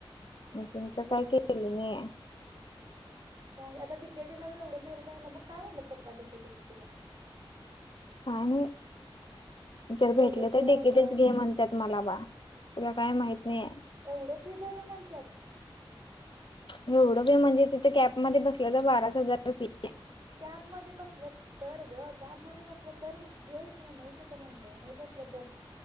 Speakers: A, on the left; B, on the right.
A: <unintelligible>
B: होय
A: काय केलं नाही
B: सांगे आता केडीला टीला तर एढं मेरी टाईमला मग काय म्हणत पप्पा डीकेटीं तुला?
A: काय नई, जर भेटले
B: एवढं फी
A: तर
B: आहे
A: डिकीटच
B: म्हणल्यावर
A: घे म्हंतात म्हाला बा. तुला काय माहित नाही.
B: एवढं फी भरून म्हणत्यात.
A: एवढं फी म्हणजे तिथं कॅबमध्ये बसलं तर बाराच हजार रुपये फी.
B: कॅबमध्ये बसलं तर ग. कॅबमध्ये बसलं तर घे किंवा नाही. कुठं मानलंय नाही बसलं तर?